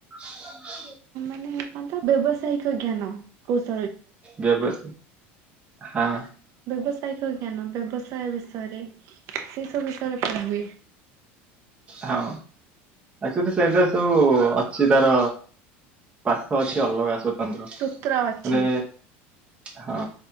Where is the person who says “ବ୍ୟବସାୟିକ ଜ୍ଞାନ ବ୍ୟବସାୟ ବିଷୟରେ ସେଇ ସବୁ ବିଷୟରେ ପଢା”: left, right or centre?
Right